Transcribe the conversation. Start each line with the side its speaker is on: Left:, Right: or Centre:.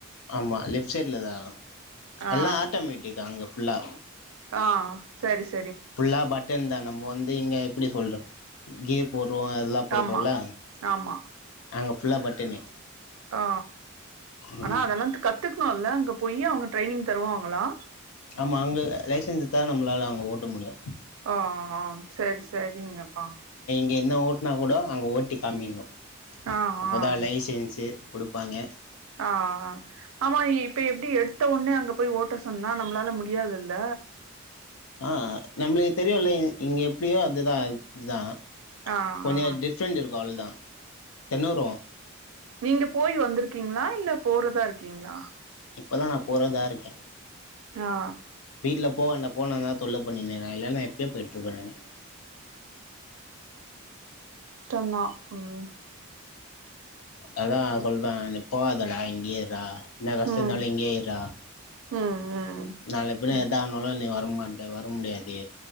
Left: ஆமா லெப்ட் சைட்லதா
Right: ஆ
Left: எல்லா ஆட்டோ மேட்டிகா அங்க ஃபுல்லா
Right: ஆ சரி ச
Left: ஃபுல்லா பட்டன் தா நம்ம வந்து இங்க எப்டி சொல்ற கீ போ க அதல்லா போட்டோல்ல
Right: ஆமா ஆமா
Left: அங்கப் ஃபுல்லா பட்டனு
Right: ஆ
Left: ம்
Right: ஆனா அதல்லா கத்துக்கணும்ல்ல அங்க போயி அவுங்க ட்ரைனிங் தருவாங்க ங்களா
Left: ஆமா அங்க லைசன்ஸ் இத்தாதா நம்மளால அங்க ஓட்ட முடியு
Right: ஆ ஹ செரி ச ங்கப்பா
Left: ங்க என்ன ஓட்டனா கூட அங்க ஓட்டி காமிக்கணு
Right: ஆ
Left: அப்பதா
Right: ஆ
Left: லைசென்சு குடுப்பாங்க
Right: ஆ ஆ ஆமா இப்ப எப்டி எடுத்த ஒடனே அங்க போய் ஓட்ட சொன்னா நம்மளால முடியாதுல்ல
Left: ஆ நம்மளுக் தெரியுல்ல இங் இங்க எப்டியோ அதுதா இதுதா
Right: ஆ
Left: கொஞ்சொ
Right: ஆ
Left: டிஃப்ரெண்ட் இருக்கூ அவ்ளோதா தெனொரு
Right: நீங்கப் போய் வந்துருக்கீங்ளா இல்ல போறதா இருக்கீங்ளா
Left: இப்பதா நா போறதா இருக்கே
Right: ஆ
Left: வீட்ல போ வேண்டா போனாங்க தொல்லப் பன்னினேருக்காங்க இல்லேனா எப்பயோ போயிட்டுருப்பே நானு
Right: ந்தா ம்
Left: அதா சொல்றே நீ போவாதடா இங்கெயே இர்றா இன்ன கஷ்டயிந்தாலு
Right: ம்
Left: இங்கியேயிர்றா
Right: ம் ம்
Left: நால பின்ன
Right: ம்
Left: எதானாலு நீ வர் வரம்மாட்ட வர முடியாது